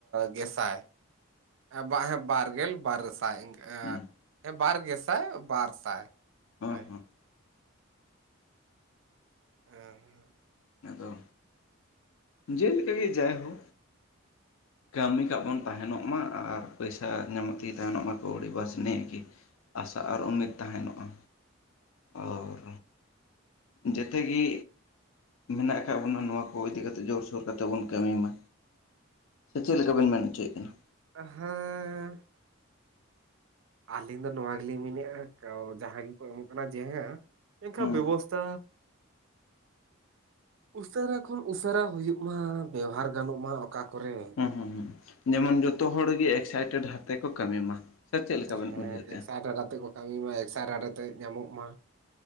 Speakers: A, on the right; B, on the left.
A: ᱜᱮᱥᱟᱭ ᱵᱟᱝ ᱦᱮᱸ ᱵᱟᱨᱜᱮᱞ ᱵᱟᱨ ᱥᱟᱭ ᱤᱱᱠᱟᱹ ᱮᱻ,
B: ᱦᱩᱸ
A: ᱦᱮᱸ ᱵᱟᱨ ᱜᱮᱥᱟᱭ ᱵᱟᱨ ᱥᱟᱭ
B: ᱦᱚᱸ
A: ᱦᱟᱭ᱾
B: ᱦᱚᱸ
A: ᱮ ᱦᱮᱸ,
B: ᱟᱫᱚ ᱡᱮᱞᱮᱠᱟ ᱜᱮ ᱡᱟᱭᱦᱳ᱾ ᱠᱟᱹᱢᱤ ᱠᱟᱜ ᱵᱚᱱ ᱛᱟᱦᱮᱱᱚᱜ ᱢᱟ ᱟᱨ ᱯᱚᱭᱥᱟ ᱧᱟᱢᱚᱜ ᱛᱮᱜᱮ ᱛᱟᱦᱮᱱᱚᱜ ᱢᱟᱠᱚ ᱠᱟᱹᱣᱰᱤ ᱵᱟᱥ ᱱᱤᱭᱠᱤ᱾ ᱟᱥᱟ ᱟᱨ ᱩᱢᱤᱫᱽ ᱛᱟᱦᱮᱱᱚᱜ-ᱟ ᱚᱨ, ᱡᱮᱛᱮ ᱜᱤ᱾ ᱢᱮᱱᱟᱜ ᱟᱠᱟᱫ ᱵᱚᱱᱟ ᱱᱚᱣᱟ ᱠᱚ ᱤᱫᱤ ᱠᱟᱛᱮᱫ ᱡᱳᱨᱥᱳᱨᱛᱮ ᱵᱚᱱ ᱠᱟᱹᱢᱤ ᱢᱟ᱾ ᱥᱮ ᱪᱮᱜ ᱞᱮᱠᱟᱵᱮᱱ ᱢᱮᱱ ᱚᱪᱚᱭᱮᱜ ᱠᱟᱱᱟ?
A: ᱟᱸᱦ ᱦᱮᱸᱻ, ᱟᱹᱞᱤᱧ ᱫᱚ ᱱᱚᱣᱟ ᱜᱮᱞᱤᱧ ᱢᱤᱱᱮᱜ-ᱟ ᱠᱟᱣ ᱡᱟᱦᱟᱸ ᱜᱮᱠᱚ ᱮᱢᱚᱜ ᱠᱟᱱᱟ ᱡᱮᱦᱟᱸ ᱮᱱᱠᱷᱟᱱ
B: ᱦᱩᱸ
A: ᱵᱮᱵᱚᱥᱛᱟ, ᱩᱥᱟᱹᱨᱟ ᱠᱷᱚᱱ ᱩᱥᱟᱹᱨᱟ ᱦᱩᱭᱩᱜ ᱢᱟ ᱵᱮᱣᱦᱟᱨ ᱜᱟᱱᱚᱜ ᱢᱟ ᱚᱠᱟ ᱠᱚᱨᱮ᱾
B: ᱦᱩᱸ ᱦᱩᱸ ᱦᱩᱸ ᱡᱮᱢᱚᱱ ᱡᱚᱛᱚ ᱦᱚᱲ ᱜᱮ ᱮᱠᱥᱟᱭᱴᱮᱰ ᱦᱟᱛᱮ ᱠᱚ ᱠᱟᱹᱢᱤ ᱢᱟ᱾ ᱥᱮ ᱪᱮᱫ ᱞᱮᱠᱟ ᱵᱮᱱ
A: ᱦᱮᱸ
B: ᱩᱭᱦᱟᱹᱨᱮᱫᱼᱟ
A: ᱮᱠᱥᱟᱭᱴᱮᱰ ᱛᱮ ᱠᱚ ᱠᱟᱹᱢᱤ ᱢᱟ ᱮᱠᱥᱟ-ᱮᱰ ᱟᱛᱮ ᱧᱟᱢᱚᱜ ᱢᱟ